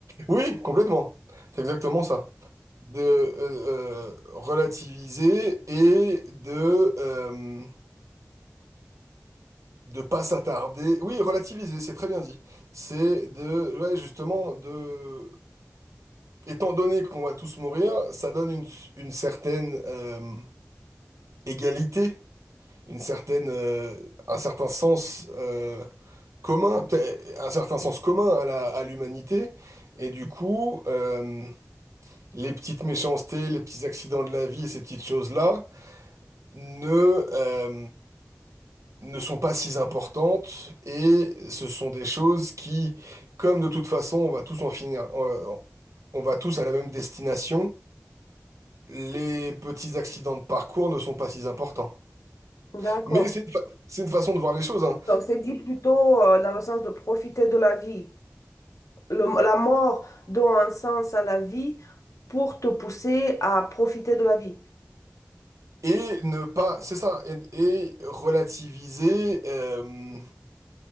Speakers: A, on the right (about 70°); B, on the left (about 75°).
A: Oui, complètement. C'est exactement ça. De euh, euh, relativiser et de euh, de pas s'attarder. Oui, relativiser, c'est très bien dit. C'est de ouais, justement de étant donné qu'on va tous mourir, ça donne une, une certaine euh, égalité, une certaine euh, un certain sens. euh, commun, peut un certain sens commun à la, à l'humanité. Et du coup, euh, les petites méchancetés, les petits accidents de la vie et ces petites choses-là ne, euh, ne sont pas si importantes. Et ce sont des choses qui, comme de toute façon, on va tous en finir, on on va tous à la même destination. Les petits accidents de parcours ne sont pas si importants.
B: D'accord.
A: Mais c'est une, fa- c'est une façon de voir les choses, hein.
B: Donc, c'est dit plutôt, euh, dans le sens de profiter de la vie. le- la mort donne un sens à la vie pour te pousser à profiter de la vie.
A: et ne pas, c'est ça, et, et relativiser euh,